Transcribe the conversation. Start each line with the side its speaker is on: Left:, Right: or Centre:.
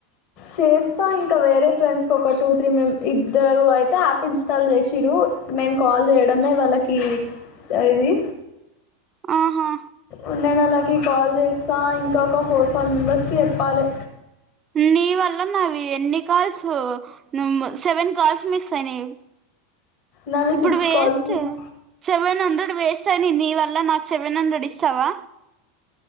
Left: చేస్తా ఇంకా వేరే ఫ్రెండ్స్కి ఒక టూ త్రీ మెం ఇద్దరు అయితే యాప్ ఇన్స్టాల్ చేశింరు. నేను కాల్ చేయడమే వాళ్ళకి ఇది
Right: ఆహా
Left: ఉండే నళ్ళకి కాల్ చేస్తా ఇంకా ఒక ఫోర్ ఫైవ్ మెంబర్స్కి చెప్పాలె.
Right: నీ వల్ల నావి ఎన్ని calls number seven calls miss అయినయి.
Left: నావి
Right: ఇప్పుడు
Left: six
Right: waste
Left: calls miss
Right: seven seven hundred waste అయినయి నీ వల్ల నాకు సెవెన్ హండ్రెడ్ ఇస్తవా.